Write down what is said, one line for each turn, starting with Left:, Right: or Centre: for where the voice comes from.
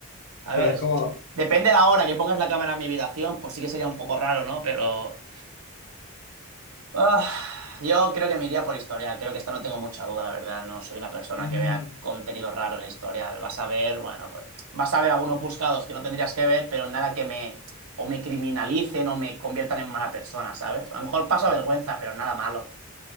Right: A ver,
Left: O sea, es como.
Right: depende de la hora que pongas la cámara en mi habitación, pues sí que sería un poco raro, ¿no? Pero... Ah, yo creo que me iría por historial. Creo que esta no tengo mucha duda, la verdad. No soy una persona
Left: mm,
Right: que vea contenido raro en el historial. Vas a ver, bueno, pues vas a ver algunos buscados que no tendrías que ver, pero nada que me o me criminalicen o me conviertan en mala persona, ¿sabes? A lo mejor paso vergüenza, pero nada malo.